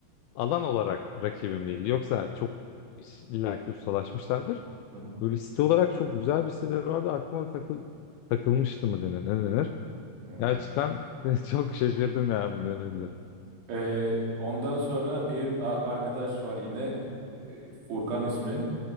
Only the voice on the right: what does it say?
hı
hı.
E, ondan sonra bir a- arkadaş var yine e, Furkan ismi.